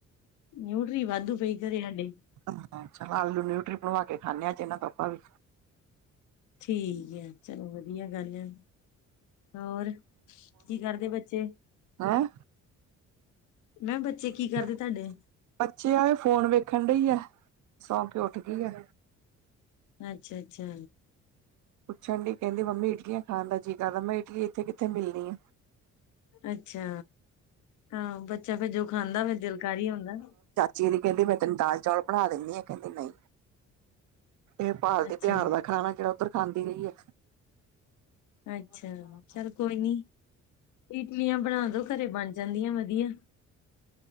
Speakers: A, on the left; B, on the right.
A: ਨਿਊਟਰੀ ਵਾਧੂ ਪਈ ਘਰੇ ਹਾਡੇ।
B: ਹਾਂ ਚਲੋ, ਆਲੂ ਨਿਊਟਰੀ ਬਣਵਾ ਕੇ ਖਾਂਣੇ ਅੱਜ ਇਨ੍ਹਾਂ ਤੋਂ ਆਪਾਂ ਵੀ।
A: ਠੀਕ ਐ, ਚਲੋ ਵਧੀਆ ਗੱਲ ਐ। ਹੋਰ, ਕੀ ਕਰਦੇ ਬੱਚੇ?
B: ਹਾਂ? <unintelligible>
A: ਮੈਂ ਕਿਹਾ ਬੱਚੇ ਕੀ ਕਰਦੇ ਤੁਹਾਡੇ
B: ਬੱਚੇ ਆ ਏ ਫੋਨ ਵੇਖਣ ਡਈ ਆ। ਸੌਂ ਕੇ ਉੱਠ ਗੀ ਐ।
A: ਅੱਛਾ-ਅੱਛਾ
B: ਪੁੱਛਣ ਡਯੀ, ਕੈਂਦੀ ਮੰਮੀ ਇਡਲੀਆਂ ਖਾਣ ਦਾ ਜੀ ਕਰਦਾ। ਮੈਂ ਇਡਲੀ, ਇੱਥੇ ਕਿੱਥੇ ਮਿਲਣੀ ਆ?
A: ਅੱਛਾ, ਹਾਂ ਬੱਚਾ ਫੇਰ ਜੋ ਖਾਂਦਾ ਫੇਰ ਦਿਲ ਕਰ ਈ ਆਉਂਦਾ।
B: ਦੀਦੀ ਕੈਂਦੀ ਮੈਂ ਤੈਨੂੰ ਦਾਲ ਚਾਵਲ ਬਣਾ ਦਿੰਣੀ ਆਂ, ਕੈਂਦੀ ਨਈਂ। ਇਹ ਭਾਲਤੀ
A: ਅੱਛਾ,
B: ਬਿਹਾਰ ਦਾ ਖਾਣਾ ਜੈੜਾ ਉੱਧਰ ਖਾਂਦੀ ਰਈ ਐ।
A: ਅੱਛਾ, ਚੱਲ ਕੋਈ ਨੀਂ ਇਟਲੀਆਂ ਬਣਾ ਦੋ ਘਰੇ ਬਣ ਜਾਂਦੀਆਂ ਵਦੀਆ।